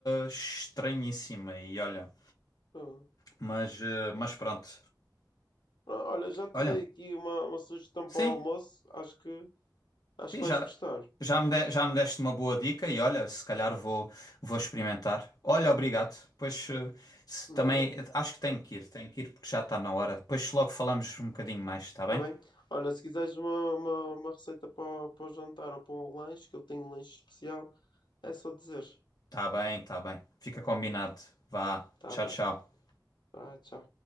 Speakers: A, on the left (about 60°); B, on the left (about 80°).
A: estranhíssima e olha,
B: Oh.
A: mas, eh, mas pronto.
B: Ah, Olha, já te
A: Olha,
B: dei aqui uma, uma sugestão
A: sim,
B: para o almoço. Acho que, acho
A: sim,
B: que vais
A: já,
B: gostar.
A: já me de- já me deste uma boa dica e olha, se calhar vou, vou experimentar. Olha, obrigado. Pois eh, se-
B: Nada.
A: também eh, acho que tenho que ir, tenho que ir porque já está na hora. Depois logo falamos um bocadinho mais, está bem?
B: Tá bem. Olha, se quiseres uma, uma, uma receita para, o- para o jantar ou para o lanche, que eu tenho um lanche especial, é só dizer.
A: Está bem, está bem. Fica combinado. Vá,
B: Tá
A: tchau,
B: bem.
A: tchau.
B: Ah, tchau.